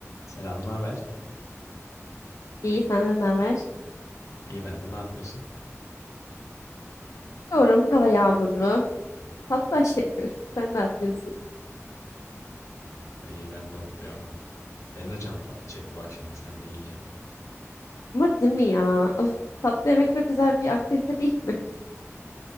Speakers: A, on the left; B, on the left.
A: Selam, ne haber?
B: İyi, senden ne haber?
A: İyi ben de ne yapıyorsun?
B: Oturuyorum, hava yağmurlu. Tatlı aşeriyorum. <laughs> Sen ne yapıyorsun?
A: Aa, iyi ben de oturuyorum. Benim de canım tatlı çekti bak şimdi sen deyince.
B: Ama değil mi ya? Of, tatlı yemek çok güzel bir aktivite değil mi?